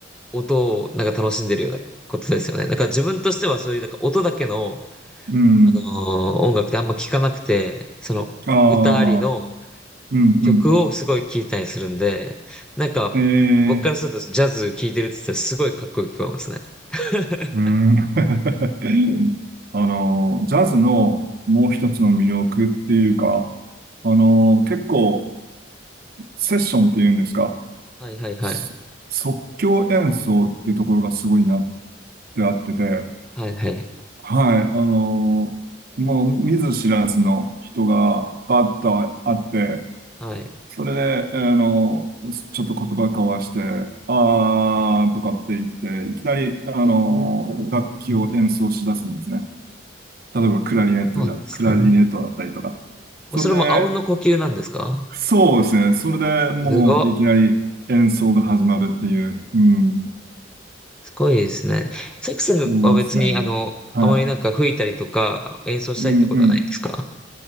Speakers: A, in the centre; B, on the right.
A: 音をなんか楽しんでるようなことですよね。だから自分としてはそういうなんか音だけの、
B: うん。
A: あのー音楽ってあんま聞かなくて、その歌ありの
B: ああ、うん、
A: 曲をすごい聞いたりするんで、
B: うん。
A: なんか僕からするとジャズ聞いてるって言ったらすごいかっこよく聞こえますね。
B: ええ、
A: <laughs>
B: うん。<laughs> あの、ジャズのもう一つの魅力っていうか、あの、結構、セッションっていうんですか、
A: はいはいはい。
B: す即興演奏っていうところがすごいなってあってて、
A: はいはい。
B: はい、あの、もう見ず知らずの人がバッと会って、
A: はい。
B: それで、あの、ちょっと言葉交わして、あーとかって言って、いきなり、あの、
A: えー、
B: 楽器を演奏し出すんですね。例えば、クラリネットや、
A: そうなんですね。
B: クラリネットだったりとか。
A: もうそれもあうんの呼吸なんですか
B: それで、そうですね。それでもう、
A: すご、
B: いきなり演奏が始まるっていう。うん。
A: すごいですね。サックスは別にあの、
B: そうですね。は
A: あまりなんか吹いたりとか演奏したりってことはないんですか
B: い。うんうん。